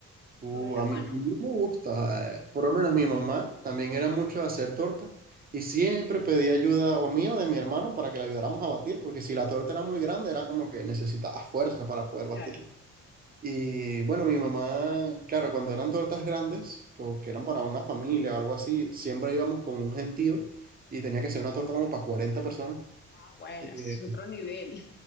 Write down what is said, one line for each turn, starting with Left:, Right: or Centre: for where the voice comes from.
Right: Uh,
Left: todo era
Right: a
Left: a mano,
Right: mí, a mí me gusta, eh, por lo menos mi mamá también era mucho de hacer torta y siempre pedía ayuda o mía o de mi hermano para que la ayudáramos a batir, porque si la torta era muy grande era como que necesitaba fuerza para poder
Left: claro.
Right: batirla. Y bueno, mi mamá, claro, cuando eran tortas grandes, o que eran para una familia o algo así, siempre íbamos con un gentío y tenía que ser una torta como para 40 personas.
Left: Ah, bueno,
Right: Eh,
Left: ese es otro nivel.